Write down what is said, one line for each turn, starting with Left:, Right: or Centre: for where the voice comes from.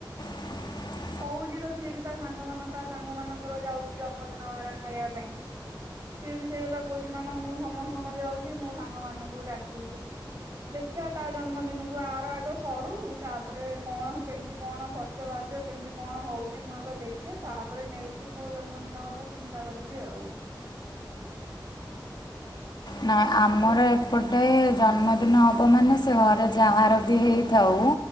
Left: <unintelligible>
Right: କୋହୁଚି ତ ସିଏ ବି ତା ସାଙ୍ଗ ମାନ ତା ସାଙ୍ଗ ମାନଙ୍କର ଯାଉଛି ଜନ୍ମଦିନ ଏରା ଖାଇବା ପାଇଁ। ସିଏ ବି ସେଇ କଥା କୋହୁଛି, ମାମା ମୁଁ ସମସ୍ତଙ୍କର ଯାଉଛି ମୋ ସାଙ୍ଗ ମାନଙ୍କୁ ଡାକିବୁ। ଦେଖିବା ତା ଜନ୍ମଦିନକୁ ଆର ଆଗ ସରୁ, ତାପରେ କଣ କେମିତି କଣ କର ଖର୍ଚ ବାର୍ଚ କେମିତି କଣ ହୋଉଚି ମୁଁ ଆଗ ଦେଖେ, ତାପରେ ନେକ୍ସ ପୁଅ ଜନ୍ମଦିନ କଥା ଚିନ୍ତା କରିବି ଆଉ।
Left: ନାଇଁ ଆମର ଏ ଗୋଟେ ଜନ୍ମଦିନ ହବ ମାନେ ସେ ଘରେ ଯାହାର ବି ହେଇଥାଉ